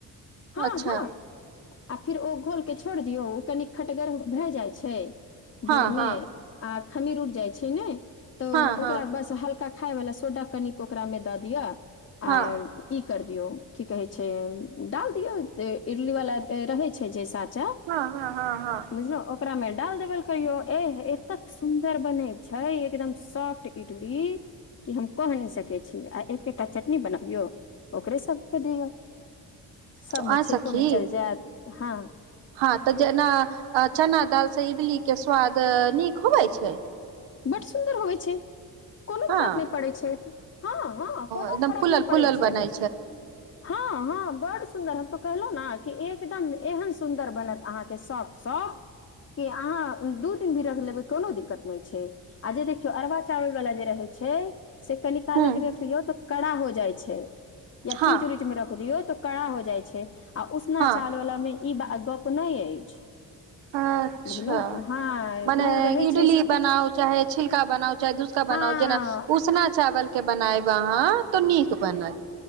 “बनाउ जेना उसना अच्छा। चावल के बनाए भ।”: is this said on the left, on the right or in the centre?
Right